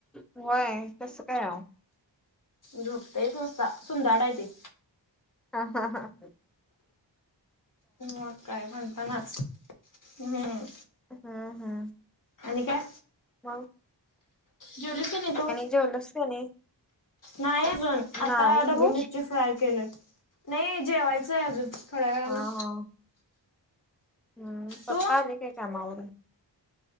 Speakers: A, in the centre; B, on the left.
A: होय कस काय वो?
B: झोपतयच नुसता सुंदाड हाय ते.
A: हां हां हां.
B: मग काय म्हणतानाच. हम्म..
A: हा हा.
B: आणि काय?
A: हां.
B: जेवलीस कणी तू
A: जेवलंस का नाही?
B: नाही अ
A: नाही
B: आता ढबू
A: तू
B: मिरची फ्राय केली नाही जेवायचंय अजून. थोड्या वेळानं.
A: हा हा हम्म. पप्पा
B: तू?
A: आले काय कामा वरून.